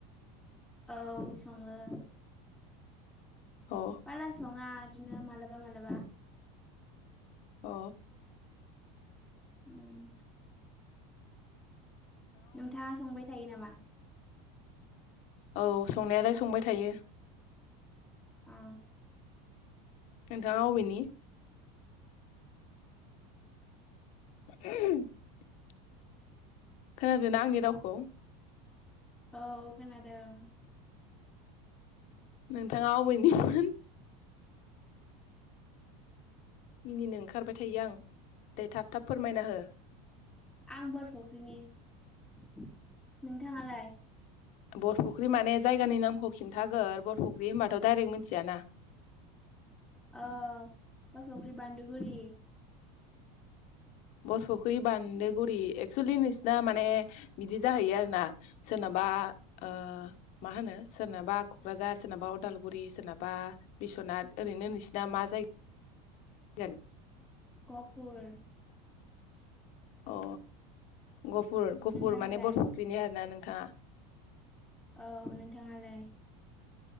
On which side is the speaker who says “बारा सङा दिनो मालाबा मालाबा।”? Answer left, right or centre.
Centre